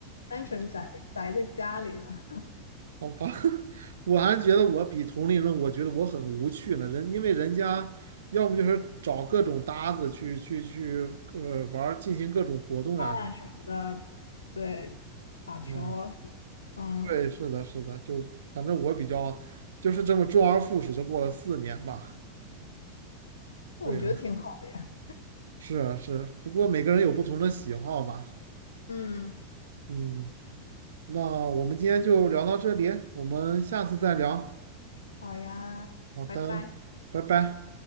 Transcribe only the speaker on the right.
好吧，<laughs> 我还觉得我比同龄人，我觉得我很无趣呢。人因为人家要么就是找各种搭子去去去呃玩儿，进行各种活动呀、
嗯，对，是的，是的，就反正我比较就是这么周而复始的过了四年吧。
对啊，是啊，是啊，不过每个人有不同的喜好吧。
嗯，那我们今天就聊到这里，我们下次再聊。
好的，
拜拜。